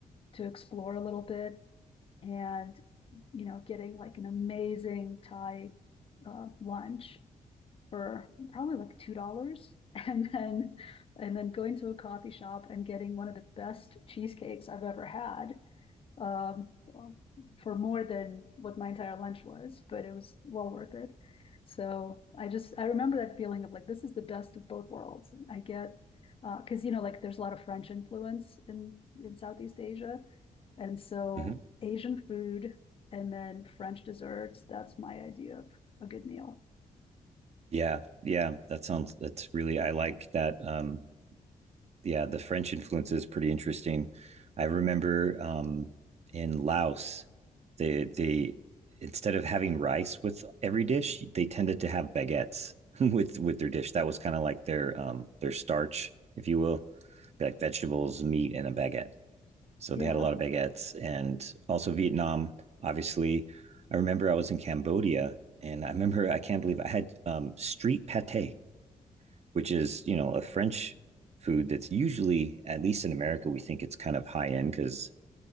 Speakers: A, on the left; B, on the right.
A: to explore a little bit and, you know, getting like an amazing Thai uh, lunch for probably like $2 <laughs> and then and then going to a coffee shop and getting one of the best cheesecakes I've ever had um, for more than what my entire lunch was, but it was well worth it. So I just I remember that feeling of like this is the best of both worlds. I get because you know like there's a lot of French influence in in Southeast Asia, and so
B: Mhm.
A: Asian food and then French desserts. That's my idea of a good meal.
B: Yeah, yeah, that sounds that's really I like that. Um, yeah, the French influence is pretty interesting. I remember um, in Laos, they they instead of having rice with every dish, they tended to have baguettes <laughs> with with their dish. That was kind of like their um, their starch, if you will, like vegetables, meat, and a baguette. So
A: Yeah,
B: they had a lot of baguettes, and also Vietnam. Obviously, I remember I was in Cambodia, and I remember I can't believe I had um, street pate which is you know a French food that's usually at least in America we think it's kind of high end because